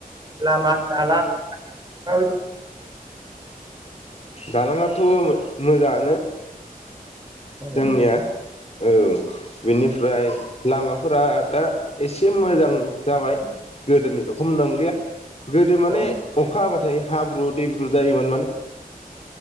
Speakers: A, on the right; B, on the left.
A: लामा दाला माबादि
B: दालाङाथ मोजाङानो
A: मोजां
B: जोंनिया औ बिनिफ्राय लामाफोरा दा एसे मोजां जाबाय गोदोनि रखम नंलिया गोदो माने
A: औ
B: अखा हाबाथाय हाब्रु दैब्रु जायोमोन माने